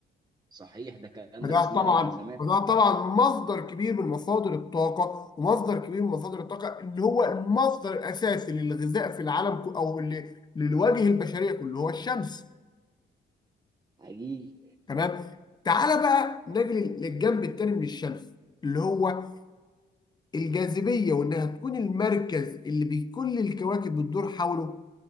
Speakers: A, on the right; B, on the left.
A: صحيح ده كان
B: فده
A: درسناه
B: طبعا
A: زمان
B: فده طبعا مصدر كبير من مصادر الطاقه ومصدر كبير من مصادر الطاقه اللي هو المصدر الاساسي للغذاء في العالم كو- او اللي للوجه البشريه كله هو الشمس
A: حقيقي
B: تمام تعالى بقى نجي لل- للجنب التاني من الشمس اللي هو الجاذبيه وانها تكون المركز اللي بي- كل الكواكب بتدور حوله